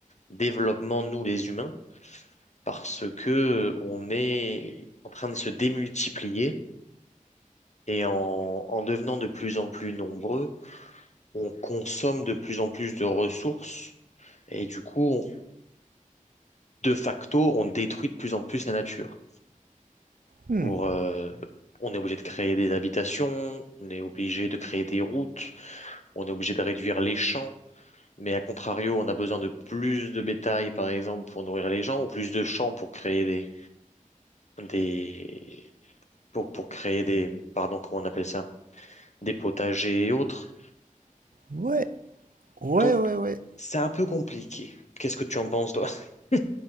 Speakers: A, on the left (about 55°); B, on the right (about 85°).
A: développement, nous les humains, parce que euh, on est en train de se démultiplier et en, en devenant de plus en plus nombreux, on consomme de plus en plus de ressources et du coup, on- de facto, on détruit de plus en plus la nature.
B: Hmm.
A: Pour, euh, on est obligé de créer des habitations, on est obligé de créer des routes, on est obligé de réduire les champs. Mais à contrario, on a besoin de plus de bétail, par exemple, pour nourrir les gens, ou plus de champs pour créer des, des, pour, pour créer des, pardon, comment on appelle ça, des potagers et autres.
B: Ouais, ouais,
A: Donc,
B: ouais, ouais.
A: c'est un peu compliqué. Qu'est-ce que tu en penses, toi? <laughs>